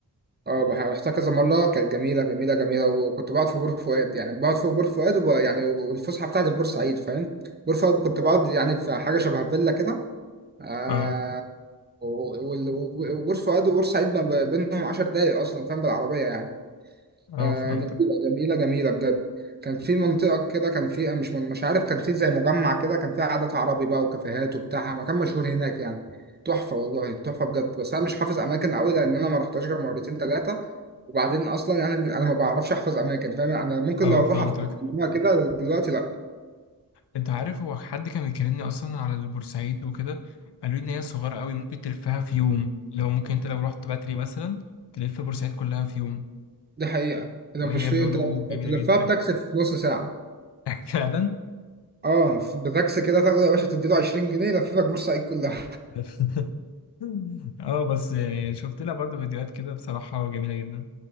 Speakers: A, on the right; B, on the left.
A: اه بح- رحتها كذا مرة كانت جميلة جميلة جميلة وكنت بقعد في بور فؤاد يعني بقعد في بور فؤاد وب... يعني والفسحة بتاعتي في بورسعيد فاهم بور فؤاد كنت بقعد يعني في حاجة شبه فيلا كده آه
B: اه
A: و- وال- وبور فؤاد وبورسعيد ما ب- بينهم 10 دقايق أصلا فاهم بالعربية يعني
B: اه
A: آه
B: فهمتك
A: جميلة جميلة جميلة بجد كان في منطقة كده كان في مش مش عارف كان في زي مجمع كده كان فيه عادات عربي بقى وكافيهات وبتاع مكان مشهور هناك يعني تحفة والله تحفة بجد بس أنا مش حافظ أماكن قوي لأن أنا ما رحتهاش غير مرتين تلاتة وبعدين أصلا يعني أنا ما بعرفش أحفظ أماكن فاهم أنا ممكن
B: اه
A: لو
B: فهمتك
A: أروح أفتكرها كده دلوقتي لأ
B: انت عارف هو حد كان بيكلمني اصلا على البورسعيد وكده قالوا لي ان هي صغيرة قوي ممكن تلفها في يوم لو ممكن انت لو رحت بدري مثلا تلف بورسعيد كلها في يوم
A: دي حقيقة إذا
B: وهي
A: مش في
B: بيقولوا
A: أنت
B: جميلة
A: تلفها
B: جدا
A: بتاكسي في نص ساعة
B: <laughs> فعلا
A: اه بتاكسي كده تاخده يا باشا تديله 20 جنيه يلففك بورسعيد كلها
B: <laughs> <laughs> اه بس يعني شفت لها برضو فيديوهات كده بصراحة جميلة جدا